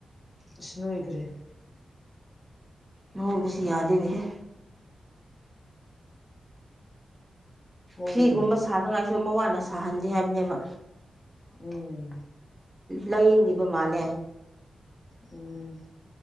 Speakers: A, on the left; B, on the right.
A: ꯏꯁ ꯅꯣꯏꯈ꯭ꯔꯦ
B: ꯅꯣꯡ ꯁꯤ ꯌꯥꯗꯅꯦꯍꯦ
A: ꯍꯣꯏꯌꯦ
B: ꯐꯤꯒꯨꯝꯕ ꯁꯥꯟꯅꯉꯥꯏ ꯁ ꯃ ꯋꯥꯅ ꯁꯥꯍꯟꯗꯦ ꯍꯥꯏꯕꯅꯦꯕ
A: ꯎꯝ
B: ꯂꯥꯏꯌꯦꯡꯉꯤꯕ ꯃꯥꯜꯂꯦ
A: ꯎꯝ